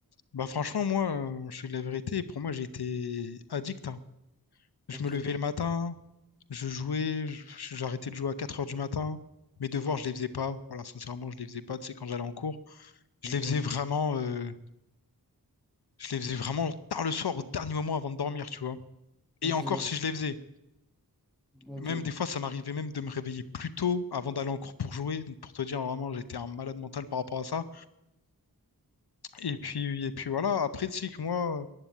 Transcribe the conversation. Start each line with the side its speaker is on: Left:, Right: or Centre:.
Left: Bah franchement, moi, euh, je suis de la vérité. Pour moi, j'ai été addict. hein. Je
Centre: Ok,
Left: me levais le matin, je jouais, je- j'arrêtais de jouer à 4 heures du matin. Mes devoirs, je les faisais pas. Voilà, sincèrement, je les faisais pas, tu sais, quand j'allais en cours. Je
Centre: ok,
Left: les faisais vraiment, euh, je les faisais vraiment tard le soir, au dernier moment avant de dormir, tu vois.
Centre: ok,
Left: Et encore,
Centre: d'accord.
Left: si je les faisais.
Centre: ok,
Left: Même des fois, ça m'arrivait même de me réveiller plus tôt avant d'aller en cours pour jouer. Donc, pour te dire, vraiment, j'étais un malade mental par rapport à ça. Et puis, et puis voilà. Après, tu sais que moi,